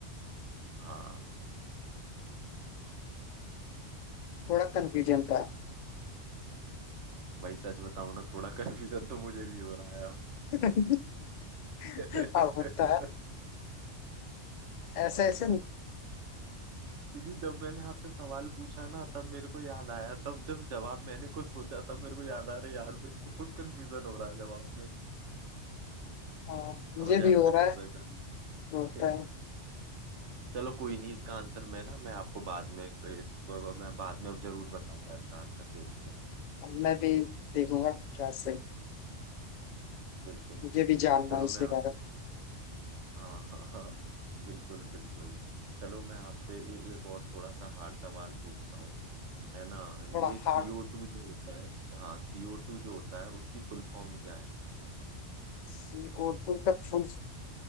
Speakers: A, on the right; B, on the left.
A: हाँ
B: थोड़ा कंफ्यूजन का है।
A: भाई सच बताऊं ना थोड़ा कंफ्यूजन तो मुझे भी हो रहा है अब
B: <laughs>
A: <laughs>
B: अब होता है ऐसे
A: हाँ
B: ऐसे
A: यार क्योंकि जब मैंने आपसे सवाल पूछा ना तब मेरे को याद आया तब जब जवाब मैंने कुछ सोचा तब मेरे को याद आ रहा है यार मेरे को खुद कंफ्यूजन हो रहा है जवाब में
B: हाँ, मुझे
A: हो जाता
B: भी हो रहा
A: है
B: है
A: ऐसा कभी
B: तो होता
A: <laughs>
B: है
A: चलो कोई नहीं इसका आंसर मैं ना मैं आपको बाद में कोई इस, मैं बाद में अब जरूर बताऊंगा इसका आंसर देख के
B: अब मैं भी देखूंगा क्या से
A: बिल्कुल
B: मुझे
A: बिल्कुल
B: भी जानना
A: चलो
B: है इसके
A: मैं आप
B: बारे में
A: हाँ <laughs> हाँ हाँ, बिल्कुल बिल्कुल चलो मैं आपसे ए, एक और थोड़ा सा हार्ड सवाल पूछता हूँ है ना
B: थोड़ा
A: ये सीओ
B: हार्ट
A: टू जो होता है हाँ सीओ टू जो होता है उसकी फुल फॉर्म क्या है
B: सी ओ टू का फुल